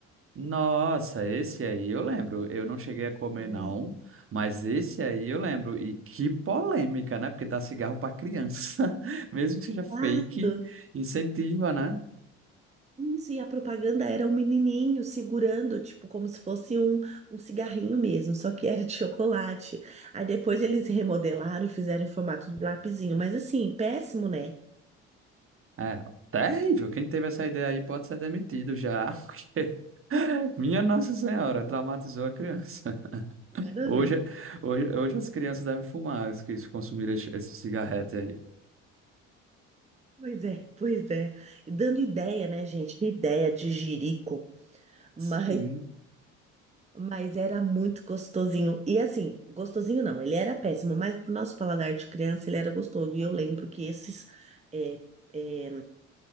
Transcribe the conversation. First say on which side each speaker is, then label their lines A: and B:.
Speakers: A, on the right (about 40°); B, on the right (about 20°).
A: Nossa, esse aí eu lembro. Eu não cheguei a comer
B: Ai,
A: não, mas esse aí eu lembro. E que polêmica, né? Porque dá cigarro para criança, <laughs> mesmo que seja
B: exato!
A: fake, incentiva, né?
B: Isso, e a propaganda era um menininho segurando, tipo, como se fosse um, um cigarrinho mesmo, só que era de chocolate. Aí depois eles remodelaram e fizeram em formato de lapisinho, mas assim, péssimo, né?
A: É, terrível. Quem teve essa ideia aí pode ser demitido já, <laughs> porque minha Nossa Senhora traumatizou a criança.
B: Nada a
A: Hoje,
B: ver.
A: hoje, hoje as crianças devem fumar, as que consumiram esse esse cigarrete aí.
B: Pois é, pois é. E dando ideia, né, gente? Que ideia de jirico, mas,
A: Sim.
B: mas era muito gostosinho. E assim, gostosinho não, ele era péssimo, mas pro nosso paladar de criança ele era gostoso. E eu lembro que esses. é, é,